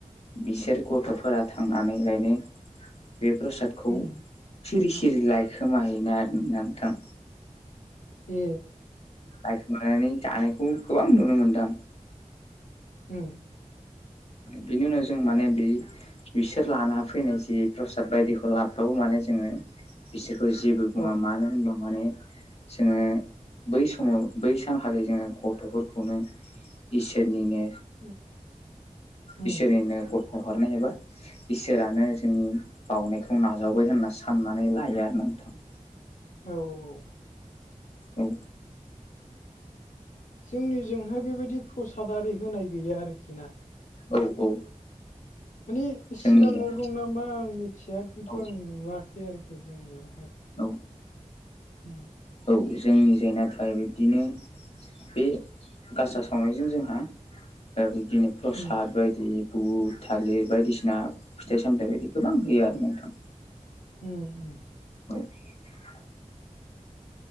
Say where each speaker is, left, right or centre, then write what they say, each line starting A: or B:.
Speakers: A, on the left; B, on the left.
A: बिसोर गथ'फोरा थांनानैलायनो बे प्रसाद
B: उम
A: सिरि सिरि लायखोमाहैनो आरो ना नोंथां?
B: ए
A: लाखनानै जानायखौ गोबां नुनो मोनो नोंथां।
B: उम
A: बिनि उनाव जों माने बे बिसोर लाना फैनाय जि प्रसाद बायदिखौ लाबोबावो माने जोङो बिसोरखौ जेबो बुङा
B: औ
A: मानो होनबा माने जोङो बै समाव बै सानखालिै जोङो गथ'फोरखौनो इसोरनिनो
B: <inaudible> उम
A: इसोरनिनो गथाय हरनाय एबा इसोरानो जोंनि बावउनायखौ नाजावबाय होनना साननानै लायो आरो नोंथां।
B: औ औ
A: औ
B: जोंनिजोंहाय बेबायदि प्रसाद आरि होनाय गैया आरोखि ना।
A: औ औ
B: मानिे सिगाङाव
A: जोंनिजों
B: दं नामा आं मिथिया खिन्थु
A: औ
B: आं नुवाखै आरोखि जोंनियावहाय।
A: औ
B: हम
A: औ जोंनि जायनाथाय बिब्दिनो बे गासा सावनायजों जोंहा ओ बिब्दिनो प्रसाद
B: उम
A: बायदि बुट थालिर बायदिसिना फिथाइ सामथाइ बायदि गोबां होयो आरो नोंथां।
B: उम
A: <inaudible>